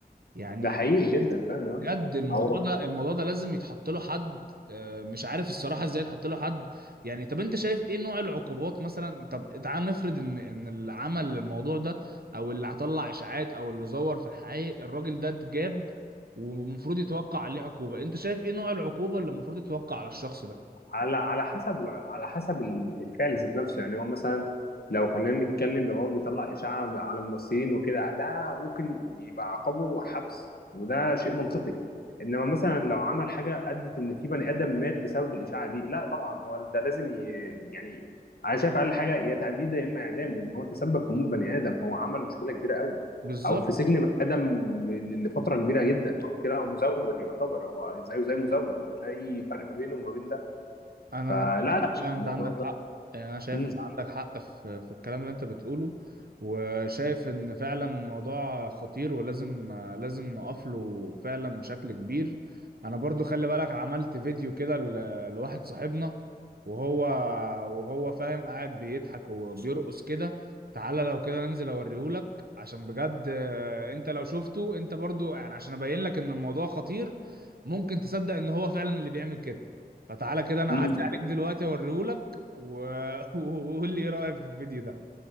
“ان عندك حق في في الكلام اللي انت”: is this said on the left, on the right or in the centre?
Right